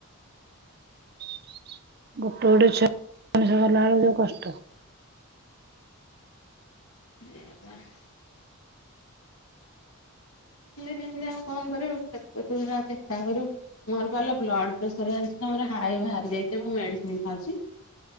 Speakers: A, on the right (about 45°); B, on the left (about 70°).
A: <inaudible> ଗୋଟେ ଗୋଟେ ଛୁଆ <unintelligible> ମଣିଷ କଲାବେଳୁ ଯୋଉ କଷ୍ଟ।
B: <unintelligible> ଯେମିତି ଆଉ କଣ କରିବୁ, କେତେ ତୁ ହେରା ଚିନ୍ତା କରିବୁ ମୋର ପାଲୋ ବ୍ଲଡ ପ୍ରେସର ଜାଣିଛ ନା ମୋର ହାଇ ବାହାରି ଯାଇଛି, ମୁଁ ମେଡିସିନ ଖାଉଛି।